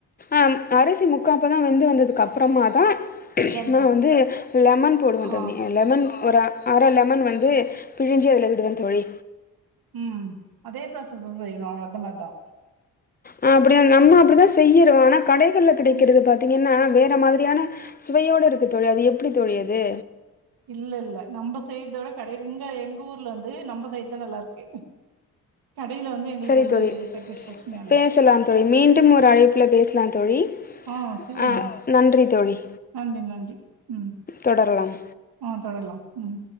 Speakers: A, on the left (about 25°); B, on the right (about 70°).
A: ஆம் அரிசி முக்காப்பதோ வெந்து வந்ததுக்கப்றமாதா
B: ட்ரம்
A: நா
B: போடுவோ
A: வந்து லெமன் போடுவ
B: ஆ
A: தமி அ லெமன் ஒரு அ அர லெமன் வந்து பிழிஞ்சி அதுல விடுவ தோழி
B: உம் அதே ப்ராசஸ்தா செய்யணு அத மார்தா
A: அ அப்டியா நம்ம அப்டிதா செய்யிறோ ஆனா கடைகள்ல கிடைக்கிறது
B: ம்
A: பாத்தீங்கன்னா வே ற மாதிரியான சுவையோட இருக்கு தோழி அது எப்டி தோழி அது
B: இல்ல இல்ல நம்ம செய்றத விட கடை இங்க எங்க ஊர்ல வந்து நம்ம செய்றதுதா நல்லாருக்கு கடையில வந்து எங்களுக்கு
A: சரி
B: வந்து
A: தோழி
B: சேட்டிஸ்ஃபேக்ஷனா இல்ல
A: பேசலாம் தோழி மீண்டும் ஒரு அழைப்புல பேசலா தோழி
B: ஆ சேரிங்க
A: ஆ நன்றி தோழி
B: நன்றி நன்றி ம்
A: தொடரலாம்
B: ஆ தொடரலாம் ம்